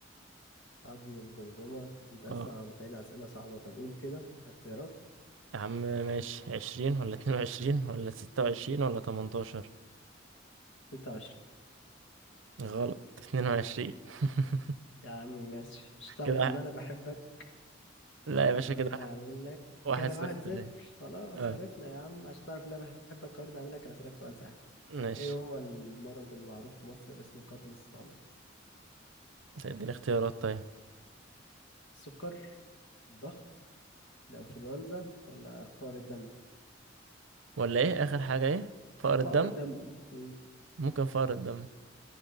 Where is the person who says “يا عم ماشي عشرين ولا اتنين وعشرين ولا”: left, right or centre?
Right